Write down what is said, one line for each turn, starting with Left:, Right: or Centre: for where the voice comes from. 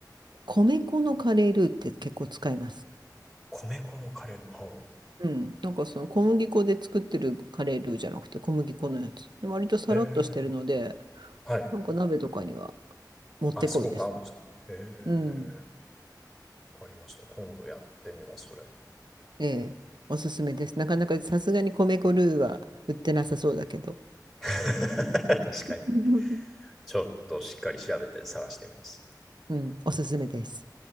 Right: 米粉のカレールーって結構使います
Centre: 米粉のカレールー。ほ
Right: うんなんかその小麦粉で作ってるカレールーじゃなくて小麦粉のやつで割とさらっとしてるので
Centre: うへーはい。
Right: なんか鍋とかにはもってこいです
Centre: あ、すごく合うんですかへー
Right: うん
Centre: わかりました。今度やってみます、それ。
Right: ええおすすめですなかなかさすがに米粉ルーは売ってなさそうだけど
Centre: <laughs> 確かに。
Right: <laughs>
Centre: ちょっとしっかり調べて探してみます。
Right: うんおすすめです